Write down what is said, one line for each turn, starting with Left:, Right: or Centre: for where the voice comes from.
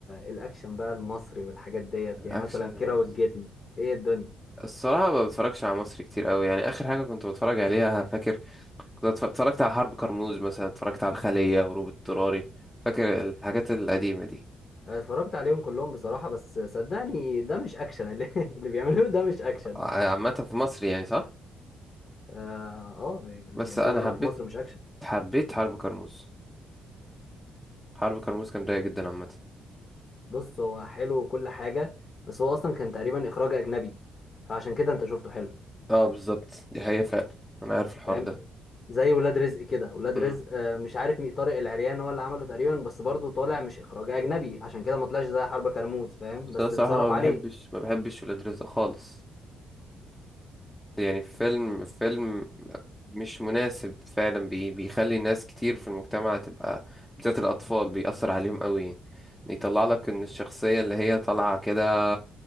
Left: الأكشن بقى المصري والحاجات ديت
Centre: الاكشن
Left: يعني مثلا كيرة والجن إيه الدنيا
Centre: الصراحة ما بتفرجش على مصري كتير قوي يعني آخر حاجة كنت بتفرج عليها فاكر كنت أتفرج- اتفرجت على حرب كرموز مثلا اتفرجت على الخلية هروب اضطراري فاكر الحاجات القديمة دي
Left: أنا اتفرجت عليهم كلهم بصراحة بس صدقني ده مش أكشن اللي, <laughs> اللي بيعملوه ده مش أكشن
Centre: عامة في مصر يعني صح
Left: آه, آه اللي
Centre: بس
Left: بيعملوه
Centre: انا حبيت
Left: هنا في مصر مش أكشن
Centre: حبيت حرب كرموز حرب كرموز كان رايق جدا عامة
Left: بص هو حلو وكل حاجة بس هو أصلا كان تقريبا إخراج أجنبي فعشان كده أنت شفته حلو
Centre: اه بالظبط دي حقيقة فعلا انا عارف الحوار
Left: فاهم
Centre: ده
Left: زي ولاد رزق كده ولاد
Centre: امم
Left: رزق آه، مش عارف مين طارق العريان هو اللي عمله تقريبا بس برضه طالع مش اخراج اجنبي عشان كده ما طلعش زي حرب كرموز فاهم
Centre: بس
Left: بس
Centre: انا الصراحة
Left: اتصرف
Centre: ما
Left: عليه
Centre: بحبش ما بحبش ولاد رزق خالص يعني فيلم فيلم مش مناسب فعلا بي بيخلي ناس كتير في المجتمع تبقى بالذات الأطفال بيأثر عليهم قوي يطلع لك ان الشخصية اللي هي طالعة كده